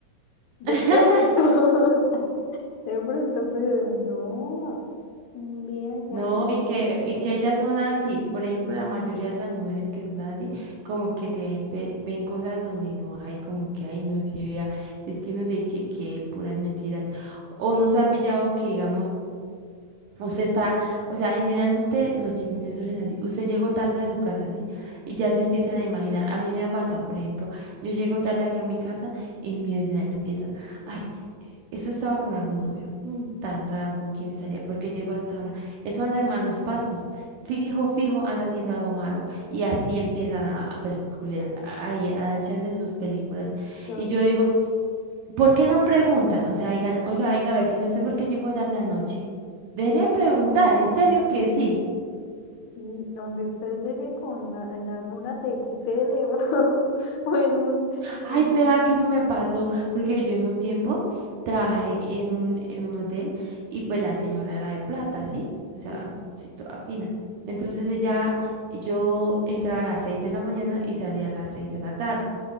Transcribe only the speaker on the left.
De
pronto, <laughs> de pronto, pero no, un viejo
ahí.
Don-
y y donde usted llegue con la- en alguna T X L o, <laughs> o en un,
en un-
sí,